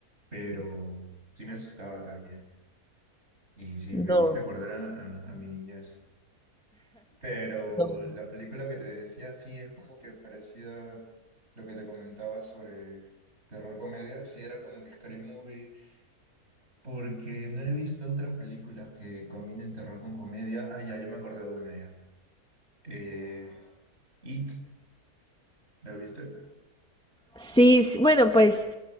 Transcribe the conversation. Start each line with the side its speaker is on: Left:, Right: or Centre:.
Right: pero sí me asustaba también. Y sí
Centre: No.
Right: me hiciste acordar a, a- a mi niñez. Pero
Centre: no. <laughs>
Right: la película que te decía, sí, es como que parecida lo que te comentaba sobre terror comedia, sí era como que Scary Movie Porque no he visto otras películas que combinen terror con comedia. Ah, ya, ya me acordé de una ya. Eh, It, ¿la viste?
Centre: Sí, sí, bueno, pues